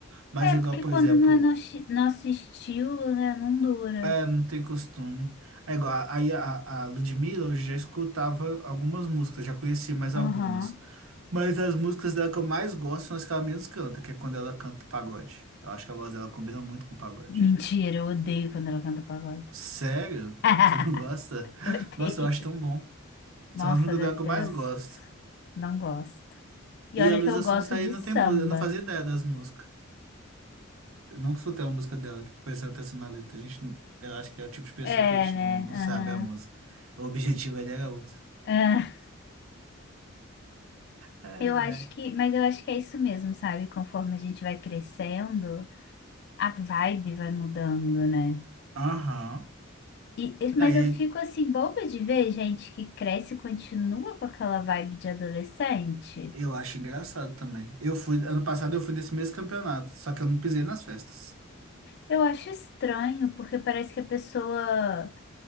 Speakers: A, on the right; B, on the left.
A: Mas
B: É,
A: igual,
B: porque
A: por
B: quando
A: exemplo.
B: não é nosso, nosso estilo, né? Não dura.
A: Eu não tenho costume. É igual, a- aí a, a Ludmilla, eu já escutava algumas músicas, já conhecia mais
B: Aham.
A: algumas. Mas as músicas dela que eu mais gosto são as que ela menos canta, que é quando ela canta pagode. Eu acho que a voz dela combina muito com pagode.
B: Mentira, eu odeio quando ela canta pagode.
A: Sério?
B: <laughs>
A: <laughs> Você não gosta?
B: Odeio.
A: Nossa, eu acho tão bom.
B: Nossa,
A: São as músicas
B: detesto.
A: dela que eu mais gosto.
B: Não gosto. E olha
A: E a Luísa
B: que eu
A: Sonza
B: gosto de
A: aí não
B: samba.
A: tem música, eu não fazia ideia das músicas. Eu nunca escutei uma música dela, tipo, prestando atenção na letra. A gente, não- eu acho que é o tipo de pessoa
B: É,
A: que a gente
B: né?
A: não
B: Aham.
A: sabe a música. O objetivo ali era outro.
B: Ah,
A: Ai,
B: eu acho
A: ai.
B: que, mas eu acho que é isso mesmo, sabe? Conforme a gente vai crescendo, a vibe vai mudando, né?
A: Aham.
B: E, e- mas
A: Aí
B: eu
A: aí
B: fico assim, boba de ver gente que cresce e continua com aquela vibe de adolescente.
A: eu acho engraçado também. Eu fui, ano passado eu fui nesse mesmo campeonato, só que eu não pisei nas festas.
B: Eu acho estranho, porque parece que a pessoa.